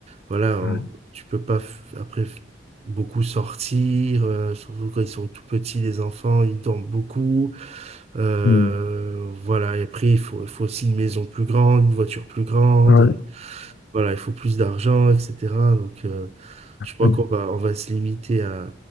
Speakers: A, on the right; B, on the left.
A: voilà,
B: Ouais.
A: on- tu peux pas f- après f- beaucoup sortir, euh, surtout quand ils sont tout petits, les enfants, ils dorment beaucoup. Euh,
B: Mhm.
A: voilà, et après, il faut, il faut aussi une maison plus grande, une voiture plus grande.
B: Ouais.
A: Voilà, il faut plus d'argent, etc. Donc, euh, je crois
B: Ouais.
A: qu'on va, on va se limiter à,